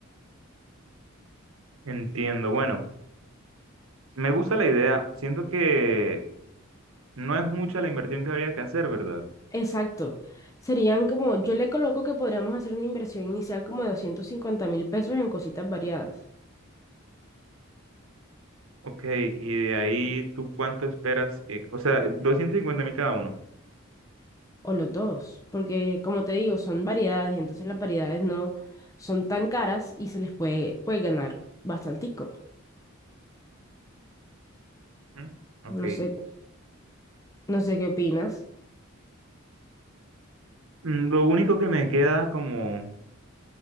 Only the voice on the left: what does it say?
Exacto. Serían como, yo le coloco que podríamos hacer una inversión inicial como de doscientos cincuenta mil pesos en cositas variadas
o lotos, porque como te digo, son variedades, entonces las variedades no son tan caras y se les puede, puede ganar bastantico.
No sé, no sé qué opinas.